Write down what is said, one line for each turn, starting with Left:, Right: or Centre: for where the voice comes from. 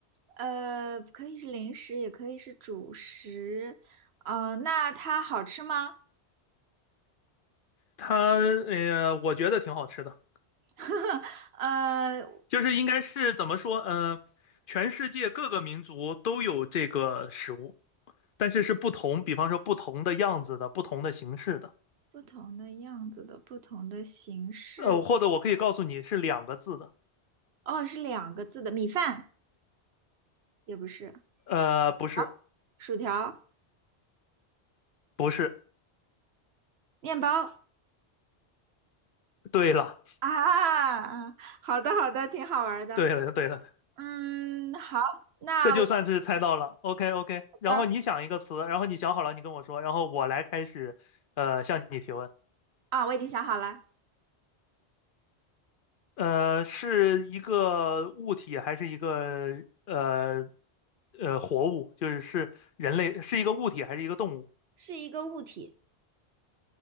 Right: 呃，可以是零食，也可以是主食。啊，那它好吃吗？
Left: 它，呃，我觉得挺好吃的，
Right: <laughs> 呃，
Left: 就是应该是怎么说，嗯、全世界各个民族都有这个食物，但是是不同，比方说不同的样子的，不同的形式的，
Right: 不同的样子的，不同的形式。
Left: 呃，或者我可以告诉你是两个字的，
Right: 哦，是两个字的米饭。也不是，
Left: 呃，不是，
Right: 好，薯条、
Left: 不是，
Right: 面包
Left: 对了，
Right: 啊，嗯好的好的，挺好玩儿的。
Left: 对了，对了，
Right: 嗯，好，那我
Left: 这就算是猜到了，OK OK，然后你想一个词，
Right: 的
Left: 然后你想好了，你跟我说，然后我来开始，呃，向你提问。
Right: 啊，我已经想好了，
Left: 呃，是一个物体还是一个呃呃活物？就是是人类，是一个物体还是一个动物？
Right: 是一个物体，